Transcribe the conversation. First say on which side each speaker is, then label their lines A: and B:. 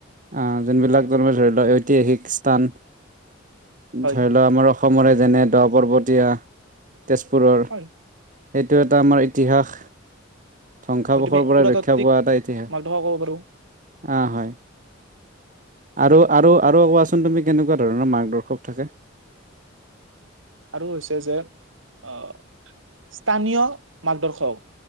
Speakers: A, on the right; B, on the right.
A: আঁ যোনবিলাক যেনে ধৰি লওক ঐতিহাসিক স্থান
B: হয়
A: ধৰি লও আমাৰ অসমৰে যেনে দহ পৰ্বত দিয়া তেজপুৰৰ
B: হয়
A: এইটো এটা আমাৰ ইতিহাস ধ্বংসাবসৰ
B: হয় তুমি
A: পৰা
B: পুৰাতাত্ত্বিক
A: ৰক্ষা পোৱা এটা ইতিহাস
B: মাৰ্গদৰ্শক ক'ব পাৰো
A: আঁ হয় আৰু আৰু আৰু কোৱাচোন তুমি কেনেকুৱা ধৰণৰ মাৰ্গদৰ্শক থাকে
B: আৰু হৈছে যে আঁ স্থানীয় মাৰ্গদৰ্শক